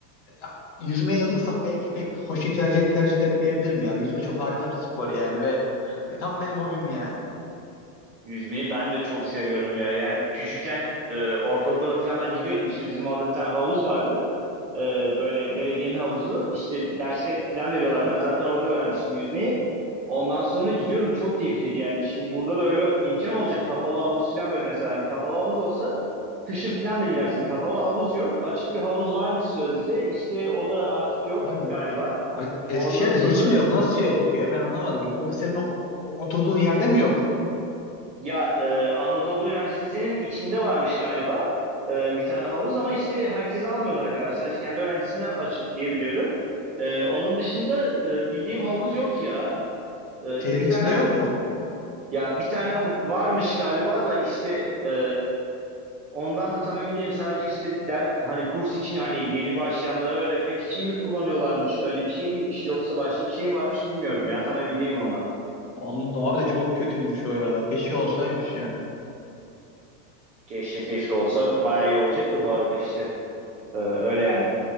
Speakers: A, on the left; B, on the right.
A: ya, yüzmeye yazılırsak belki pek hoşu tercih, tercih etmeyebilirim ya. Yüzme çok harika bir spor yani ve, ve tam benim hobim yani.
B: Yüzmeyi ben de çok seviyorum ya. Yani küçükken e, ortaokula falan ben gidiyordum işte bizim orada bir tane havuz vardı. Ee, böyle belediyenin havuzu işte ders falan veriyorlar. Ben zaten orada öğrenmiştim yüzmeyi. Ondan sonra gidiyorum çok keyifliydi yani. Şimdi burada da öyle imkan olacak. Kapalı havuz falan böyle mesela hani kapalı havuz olsa kışın falan da girersin. Kapalı havuz yok. Açık bir havuz varmış sözde. İşte o da artık yok
A: Abi
B: galiba.
A: ay- Eskişehir'de
B: Ondan sonra
A: hiç mi yok? Nasıl yok ya? Ben anlamadım. O, senin o- o- oturduğun yerde mi yok?
B: Ya e, Anadolu Üniversitesi'nin içinde varmış galiba e, bir tane havuz ama işte herkese almıyorlar galiba. Sadece kendi öğrencisine açık diye biliyorum. E, onun dışında e, bildiğim havuz yok ya. E,
A: Şehrin
B: bir
A: içinde
B: tane
A: yok mu?
B: ya bir tane varmış galiba da işte e, ondan da tam emin değilim. Sadece işte de- hani kurs için hani yeni başlayanlara öğretmek için mi kullanıyorlarmış? Öyle bir şey miymiş yoksa başka bir şey mi varmış bilmiyorum ya. Tam emin değilim ondan.
A: Anladım abi de çok kötüymüş o ya. Keşke olsaymış yani.
B: Keşke keşke olsa bayağı iyi olacak da bu arada işte E, öyle yani.